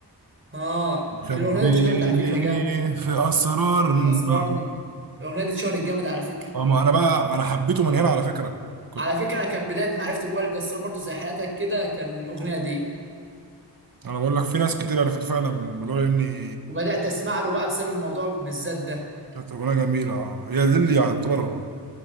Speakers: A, on the right; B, on the right.
A: اه
B: نخبي
A: الاغنيه دي اتشهرت على فكره
B: ليه
A: جامد
B: في أسرارنا
A: اسرارنا الاغنيه دي اتشهرت جامد على فكره
B: اه ما أنا بقى ما أنا حبيته من هنا على فكرة كنت
A: على فكره انا كان بدايه معرفتي بوائل جسار برضو زي حالتك كده كان الاغنيه دي
B: أنا بقول لك في ناس كتير عرفته فعلا من الموضوع إني
A: وبدات اسمع له بقى بسبب الموضوع بالذات ده
B: كانت أغنية جميلة اه هي دي اللي يعني تعتبر